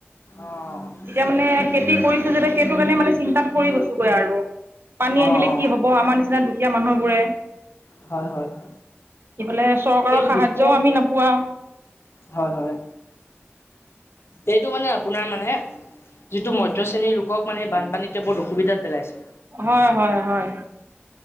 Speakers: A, on the left; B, on the right.
A: অ
B: যেতিয়া মানে খেতি কৰিছো যেতিতে সেইটো কাৰণে মানে চিন্তাত পৰি গৈছো। গয় আৰু পানী
A: অ
B: আহিলে
A: অ
B: কি হব আমাৰ নিচিনা দুখীয়া মানুহবোৰে
A: হয় হয় হয়।
B: ইফালে চৰকাৰৰ
A: এই
B: সাহায্যও
A: দুখীয়া
B: আমি নোপোৱা।
A: হয় হয়। এইটো মানে আপোনাৰ মানে যিটো মধ্য শ্ৰেণীৰ লোকক মানে বানপানীতে বহুত অসুবিধাত পেলাইছে।
B: হয় হয় হয়।